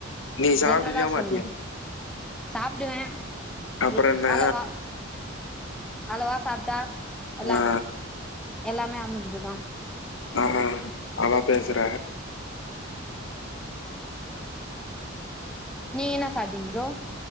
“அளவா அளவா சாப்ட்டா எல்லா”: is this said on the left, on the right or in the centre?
Centre